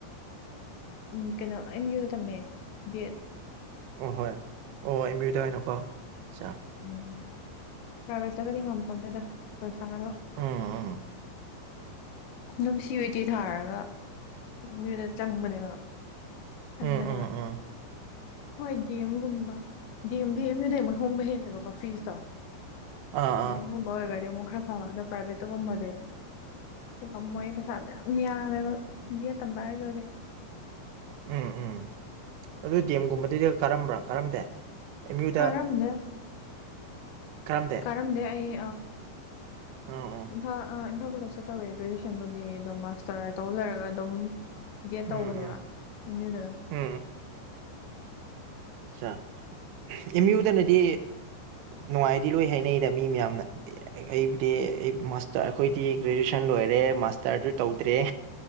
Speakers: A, on the left; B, on the right.
A: ꯎ ꯀꯩꯅꯣ ꯑꯦꯝ ꯌꯨꯗ ꯇꯝꯃꯦ ꯕꯤ ꯑꯦꯗ
B: ꯑꯣ ꯍꯣꯏ ꯑꯣ ꯑꯦꯝꯌꯨ ꯇꯧꯅꯀꯣ ꯆꯥꯛ
A: ꯎꯝ ꯄ꯭ꯔꯥꯏꯚꯦꯠꯇꯒꯗꯤ ꯉꯝꯄꯣꯟꯗꯦꯗ ꯄꯣꯏꯁꯥ ꯉꯅꯣ
B: ꯑꯥ ꯑꯥ
A: ꯅꯨꯡꯁꯤ ꯑꯣꯏꯗꯦ ꯊꯥꯔꯒ ꯃꯤꯑꯣꯏꯗ ꯆꯪꯕꯅꯦꯕ ꯈꯟꯕꯅꯦꯕ
B: ꯎꯝ ꯎꯝ ꯎꯝ
A: ꯍꯣꯏ ꯗꯤ ꯑꯦꯝꯒꯨꯝꯕ ꯗꯤ ꯑꯦꯝ ꯗꯤ ꯑꯦꯝ ꯌꯨꯗꯩ ꯑꯃꯨꯛ ꯍꯣꯡꯕ ꯍꯦꯜꯂꯕꯀꯣ ꯐꯤꯁꯇꯣ꯫
B: ꯑꯥ ꯑꯥ
A: ꯗꯦꯝꯒꯨꯝꯕ ꯑꯣꯏꯒꯔꯗꯤ ꯑꯃꯨꯛ ꯈꯔ ꯐꯒꯗꯕ ꯑꯗꯣ ꯄ꯭ꯔꯥꯏꯚꯦꯠꯇꯒꯨꯝꯕꯗꯤ꯫ ꯉꯥꯝꯃꯣꯏꯒꯤ ꯄꯩꯁꯥꯗ ꯌꯥꯝꯃꯦꯕ ꯕꯦꯠ ꯇꯝꯕ ꯍꯥꯏꯁꯦ ꯍꯧꯖꯤꯛ꯫
B: ꯎꯝ ꯎꯝ꯫ ꯑꯗꯨ ꯗꯦꯝꯒꯨꯝꯕꯗꯨꯗ ꯀꯔꯝꯕ꯭ꯔꯥ ꯀꯔꯝꯗꯦ ꯑꯦꯝ ꯌꯨꯗ
A: ꯀꯥꯔꯝꯗꯦ
B: ꯀꯔꯝꯗꯦ꯫
A: ꯀꯔꯝꯗꯦ ꯑꯩ
B: ꯑꯥ ꯑꯣ
A: ꯏꯝꯐꯥꯜ ꯏꯝꯐꯥꯜ ꯀꯣꯂꯦꯖꯇ ꯇꯧꯔꯦ ꯒ꯭ꯔꯦꯖꯦꯁꯟꯕꯨꯗꯤ ꯑꯗꯨꯝ ꯃꯥꯁꯇꯔ ꯇꯧ ꯂꯣꯏꯔꯒ ꯑꯗꯨꯝ ꯕꯦꯠ
B: ꯎꯝ
A: ꯇꯧꯕꯅꯦꯕ
B: ꯎꯝ
A: ꯑꯦꯝ ꯌꯨꯗ ꯑꯗꯨꯝ꯫
B: ꯎꯝ ꯑ ꯑꯦꯝ ꯌꯨꯗꯅꯗꯤ ꯅꯨꯡꯉꯥꯏꯗꯤ ꯂꯣꯏ ꯍꯥꯏꯅꯩꯗ ꯃꯤ ꯃꯌꯥꯝꯅ ꯑꯩꯕꯨꯗꯤ ꯑꯩꯁꯇꯔ ꯑꯩꯈꯣꯏꯗꯤ ꯒ꯭ꯔꯦꯖꯨꯑꯦꯁꯟ ꯂꯣꯏꯔꯦ ꯃꯥꯁꯇꯔꯗꯨ ꯇꯧꯗ꯭ꯔꯦ